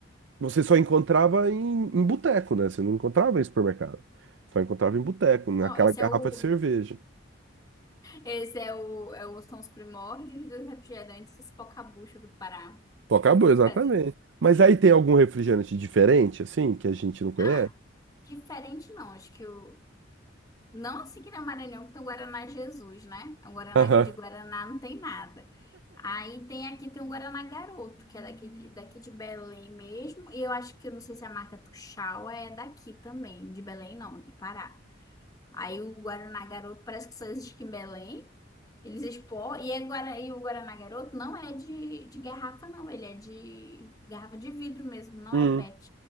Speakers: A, on the right; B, on the left.
A: Você só encontrava em, em boteco, né? Você não encontrava em supermercado. Só encontrava em boteco, naquela
B: Ó, esse
A: garrafa
B: é o.
A: de cerveja.
B: Esse é o, é o. São os primórdios dos refrigerantes Espocabucha do Pará.
A: Pô, acabou, exatamente.
B: Tá de-
A: Mas aí tem algum refrigerante diferente, assim, que a gente não conhece?
B: Ah, diferente não. Acho que o. Não assim que na Maranhão que tem o Guaraná Jesus, né? O Guaraná
A: Aham.
B: aqui de Guaraná não tem nada. Aí tem aqui tem o Guaraná Garoto, que é daqui de, daqui de Belém mesmo. E eu acho que eu não sei se a marca Tuxaua é daqui também, de Belém não, é do Pará. Aí o Guaraná Garoto parece que só existe em Belém. Eles expor E, é Guara- e o Guaraná Garoto não é de, de garrafa, não. Ele é de garrafa de vidro mesmo, não
A: Hum.
B: é PET.